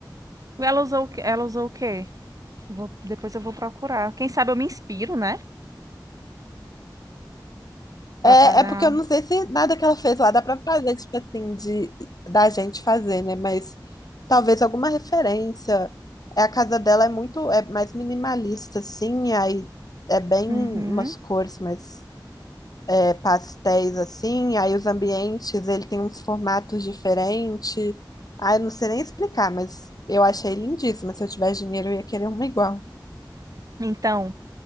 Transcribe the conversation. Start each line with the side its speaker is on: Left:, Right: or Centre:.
Right: Ela usou, o quê- ela usou o quê? Vou- depois eu vou procurar. Quem sabe eu me inspiro, né? Pra
Left: É,
Right: fazer
Left: é porque
Right: algo.
Left: eu não sei se nada que ela fez lá dá pra fazer, tipo assim, de da gente fazer, né? Mas talvez alguma referência. É, a casa dela é muito, é mais minimalista, assim, aí é bem
Right: Uhum.
Left: umas cores mais é, pastéis, assim, aí os ambientes, ele tem uns formatos diferentes. Ah, eu não sei nem explicar, mas eu achei lindíssima. Se eu tivesse dinheiro, eu ia querer uma igual.
Right: Então,